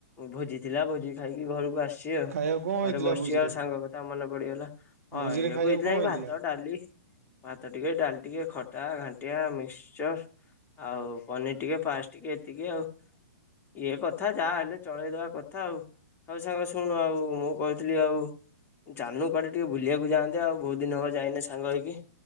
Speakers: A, on the left; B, on the right.
A: ଭୋଜି ଥିଲା ଭୋଜି ଖାଇକି ଘରକୁ ଆସିଚି ଆଉ।
B: ଖାଇବାକୁ କଣ
A: ଘରେ
B: ହେଇଥିଲା
A: ବସିଛି
B: ଭୋଜିରେ
A: ଆଉ ସାଙ୍ଗ କଥା ମନେ ପଡିଗଲା। ହଁ
B: ଭୋଜିରେ ଖାଇବାକୁ
A: <unintelligible>
B: କଣ ହେଇଥିଲା
A: ଭାତ, ଡାଲି ଭାତ ଟିକେ ଡାଲି ଟିକେ ଖଟା, ଘାଣ୍ଟିଆ, ମିକ୍ସଚର ଆଉ ପନିର ଟିକେ ପାସ୍ ଟିକେ ଏତିକି ଆଉ। ଇଏ କଥା ଯାହା ହେଲେ ଚଳେଇଦବା କଥା ଆଉ। ହଉ ସାଙ୍ଗ ଶୁଣୁ ଆଉ ମୁଁ କହିଥିଲି ଆଉ ଚାଲୁନୁ କୁଆଡେ ଟିକେ ବୁଲିବାକୁ ଯାଆନ୍ତେ ଆଉ ବହୁତ ଦିନ ହେବ ଯାଇନେ ସାଙ୍ଗ ହେଇକି।